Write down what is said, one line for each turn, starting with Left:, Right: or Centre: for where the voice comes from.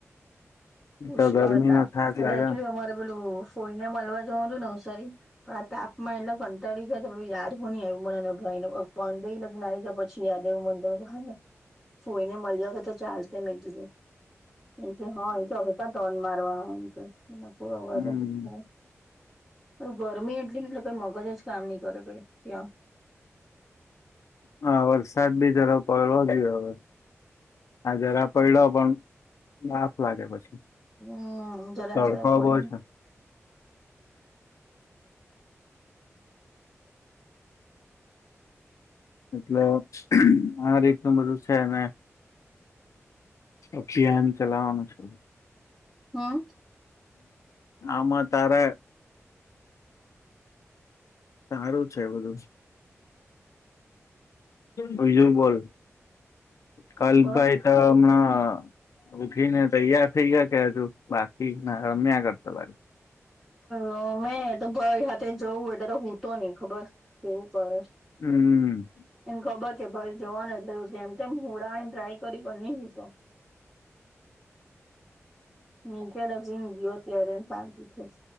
Centre: પુષ્કળ
Left: તો ગરમી
Centre: ત એટલે
Left: નો થાક લાગે
Centre: એકચુલી અમારે પેલું ફોઇને મળલવા જવા હતું નવસારી. પણ આ તાપમા એટલા કંટાળી ગયા થા પાહિ યાદવું ન આવ્યું મનેને ભાઈ <unintelligible> જે યાદે મન દો હોઈને ફોઈને મળી જ તો ચાલ તો મેં કીધું એ કે હા એ તો હૈ. તા ટોન મરવાના હોઈ
Left: હમ
Centre: <unintelligible> ઊં ગરમી એટલી ને એટલે કઈ મગજ જ કામ નઈ કરે કઈ ત્યાં.
Left: હા, વરસાદ બી જરા પડો જોયો હવે. હા જરા પૈલો પણ બાફ લાગે પછી.
Centre: હા, જરા
Left: તડકો
Centre: જરા પડીમ.
Left: બો છે એટલે આ રીતનું બધું છે ને અભિયાન ચલાવાનું છે.
Centre: હમ્મ.
Left: આમાં તારે સારું છે બધું. બીજું બોલ કલપભાઈ
Centre: બસ
Left: તો હમણાં ઉઠી ને તૈયાર થઇ ગયા કે હજુ બાકી રમ્યા કરતા બા
Centre: હ મેં તો ભાઈ હથે જવું એટલે તો હું તો નહી ખબર કેવું કરડે
Left: હમ
Centre: એને ખબર છે ભલે જોવાનું એટલે જેમ તેમ હુડાાવને ટ્રાય કરી બની તો ની ક્યા લજ હોતીય પા ખુશ